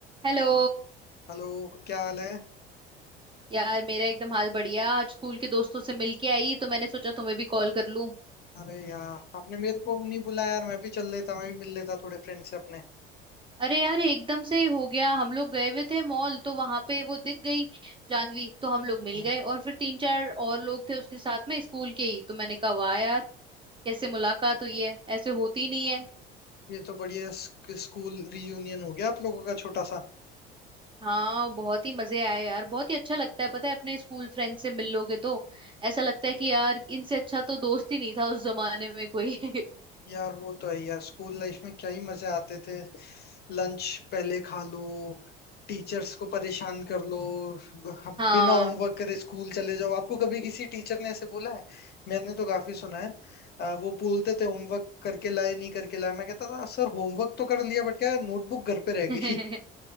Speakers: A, on the right; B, on the left.
A: Hello
B: Hello क्या हाल है
A: यार मेरा एकदम हाल बढ़िया आज स्कूल के दोस्तों से मिलके आई तो मैंने सोचा तुम्हें भी कॉल कर लूं
B: अरे यार आपने मेरे को नहीं बुलाया यार मैं भी चल लेता मैं भी मिल लेता थोड़े फ्रेंड से अपने
A: अरे यार एकदम से ही हो गया हम लोग गए हुए थे मॉल तो वहां पे वो दिख गई जानवी तो हम लोग मिल
B: हाँ।
A: गए और फिर तीन चार और लोग थे उसके साथ में स्कूल के ही तो मैंने कहा वाह यार कैसे मुलाकात हुई है ऐसे होती नहीं है
B: ये तो बढ़िया स्क- स्कूल रीयूनियन हो गया आप लोगों का छोटा सा
A: हाँ बहुत ही मजे आए यार बहुत ही अच्छा लगता है पता है अपने स्कूल फ्रेंड से मिल लोगे तो ऐसा लगता है कि यार इनसे अच्छा तो दोस्त ही नहीं था उस जमाने में कोई <laughs>
B: यार वो तो है यार स्कूल लाइफ में क्या ही मजे आते थे लंच पहले खा लो टीचर्स को परेशान कर लो ब-
A: हाँ
B: बिना होमवर्क करे स्कूल चले जाओ आपको कभी किसी टीचर ने ऐसे बोला है मैंने तो काफी सुना है अ, वो बोलते थे होमवर्क करके लाए नहीं करके लाए मैं कहता था सर होमवर्क तो कर लिया बट क्या नोटबुक घर पे रह
A: <laughs>
B: गई